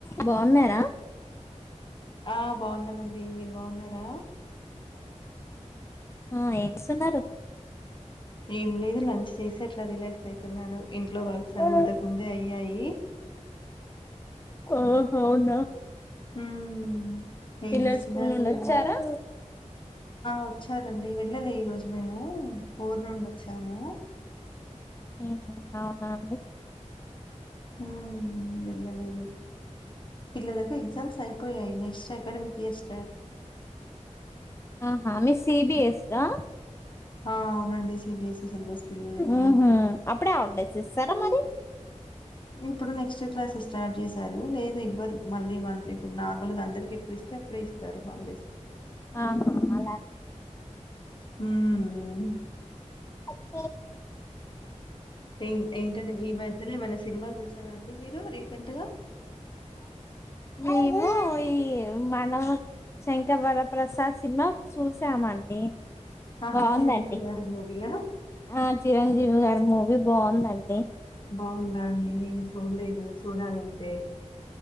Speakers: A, on the left; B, on the left.
A: బావున్నారా
B: ఆ బాగున్నాము అండి అండి మీరు బాగున్నారా
A: ఎం చేస్తూన్నారు
B: ఏం లేదు లంచ్ చేసి అట్లా రిలాక్స్ అయితున్నాను ఇంట్లో వర్క్స్ అన్ని
A: ఆ
B: ఇంతక ముందే అయ్యాయి.
A: ఓహో అవునా
B: హ్మ్ ఏం
A: పిల్లలు
B: చేస్తున్నారు
A: స్కూల్ నుండి
B: మీరు
A: వచ్చారా
B: వచ్చారండి. వెళ్ళలే ఈ రోజు మేము ఊరు నుండి వచ్చాము.
A: ఉహు అవునా అండి.
B: హ్మ్ వెళ్ళలేదు. పిల్లలకు ఎగ్జామ్స్ అయిపోయాయి. నెక్స్ట్ అకాడమిక్ ఇయర్స్
A: ఆహ మీ సిబిఎస్ గా
B: అ అవునండి. సిబిఎస్ఈ సిలబస్ పిల్లలకి
A: ఉహు అప్పుడే హాలిడేస్ ఇస్తారా అ మరి
B: ఇప్పుడు నెక్స్ట్ క్లాసెస్ స్టార్ట్ చేసారు. లేదు ఇవ్వరు మళ్ళీ ఇప్పుడు నార్మల్గా అందరికి ఎప్పుడు ఇస్తే అప్పుడే ఇస్తారు. హాలిడేస్
A: ఆహా అలా
B: హ్మ్ ఉ
A: అే
B: ఏ ఏంటండి. మీ మద్యలో ఏమైనా సినిమాలు చూసారా అండి మీరు రీసెంట్గా
A: మేము ఈ మనం శంకరవర ప్ర్రసాద్ సినిమా చూసామండి.
B: ఆహా
A: బాగుందండి
B: చిరంజీవి గారి మూవీ ఆ
A: ఆ చిరంజీవి గారు మూవీ బాగుందండి.
B: బాగుందా అండి నేను చూడలేదు. చూడాళి ఐతే